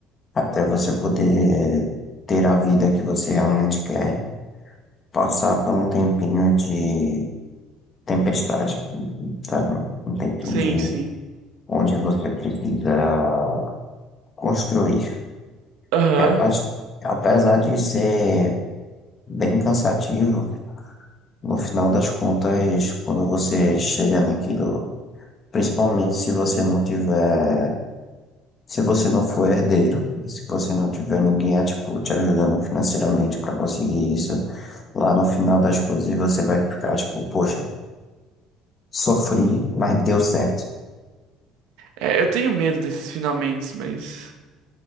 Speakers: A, on the left (about 30°); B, on the right (about 80°).
A: até você poder ter a vida que você realmente quer Passar por um tempinho de tempestade, sabe? Um tempinho
B: Sim,
A: de
B: sim.
A: onde você precisa construir.
B: Aham.
A: E a parte, apesar de ser bem cansativo, no final das contas, quando você chega naquilo, principalmente se você não tiver, se você não for herdeiro, e se você não tiver ninguém é, tipo, te ajudando financeiramente para conseguir isso, lá no final das coisas você vai ficar tipo, poxa, sofri, mas deu certo.
B: É, eu tenho medo desses finalmente, mas.